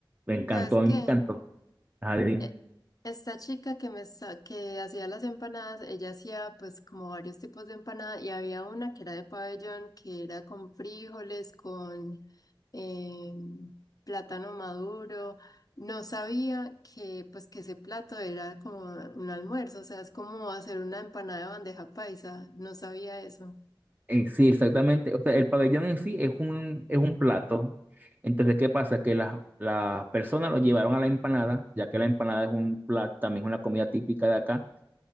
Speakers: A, on the right; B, on the left.
A: Me encantó,
B: ¿Sabes
A: a mí
B: qué?
A: me encantó. Ajá, dime.
B: eh, Esta chica que me sa- que hacía las empanadas, ella hacía pues como varios tipos de empanada y había una que era de pabellón, que era con frijoles, con em, plátano maduro. No sabía que pues que ese plato era como un almuerzo, o sea, es como hacer una empanada de bandeja paisa, no sabía eso.
A: Eh, sí, exactamente. O sea, el pabellón en sí es un, es un plato. Entonces, ¿qué pasa? Que las, las personas lo llevaron a la empanada, ya que la empanada es un plato, también es una comida típica de acá.